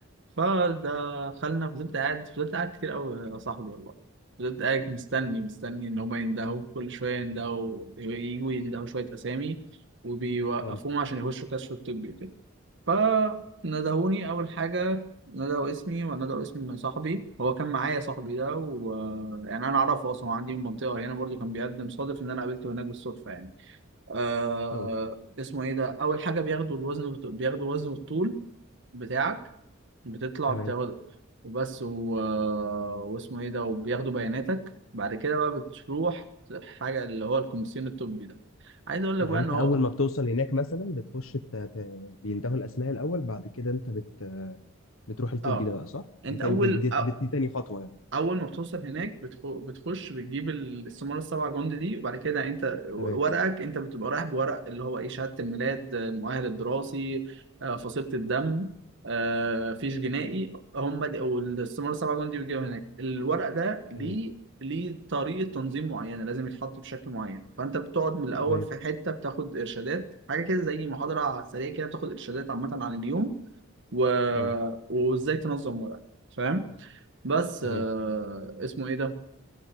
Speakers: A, on the right; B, on the left.
A: فدخلنا فضلت قاعد فضلت قاعد كتير أوي يا صاحبي والله فضلت قاعد مستني مستني إن هما يندهوا كل شوية يندهوا يجوا يندهوا شوية أسامي وبيوقفوهم
B: اه
A: عشان يخشوا كشف الطبي وكده فندهوني أول حاجة ندهوا اسمي وندهوا اسم صاحبي هو كان معايا صاحبي ده ويعني أنا أعرفه أصلا هو عندي من المنطقة هنا برضو كان بيقدم صادف إن أنا قابلته هناك بالصدفة يعني أه...
B: اه
A: اسمه إيه ده أول حاجة بياخدوا الوزن والط- بياخدوا وزن والطول بتاعك بتطلع
B: تمام
A: بتاخد وبس و... آه، واسمه إيه ده وبياخدوا بياناتك بعد كده بقى بتروح حاجة اللي هو الكوميسيون الطبي ده عايز أقول لك
B: يعني
A: بقى
B: انت
A: إن هو
B: اول ما بتوصل هناك مثلا بتخش ت... ت- بيندهوا الاسماء الاول بعد كده انت بت... بتروح الطبي
A: آه
B: ده بقى صح
A: انت
B: دي تاني
A: اول
B: دي, دي,
A: أ-
B: دي, دي تاني خطوة يعني
A: اول ما بتوصل هناك بتخو... بتخش بتجيب ال- السمارة السبعة جندي دي وبعد كده انت ورقك
B: تمام
A: انت بتبقى رايح بورق اللي هو ايه شهادة الميلاد المؤهل الدراسي آه، فصيلة الدم آه، فيش جنائي هم دي... والسمارة السبعة جندي بيجيبوا هناك الورق ده ليه
B: تمام
A: ليه طريقة تنظيم معينة لازم يتحط بشكل معين فأنت بتقعد من الأول
B: تمام
A: في حتة بتاخد إرشادات حاجة كده زي محاضرة على السريع كده بتاخد إرشادات عامة عن اليوم و...
B: اه
A: وإزاي تنظم ورقك فاهم بس
B: تمام
A: آه اسمه ايه ده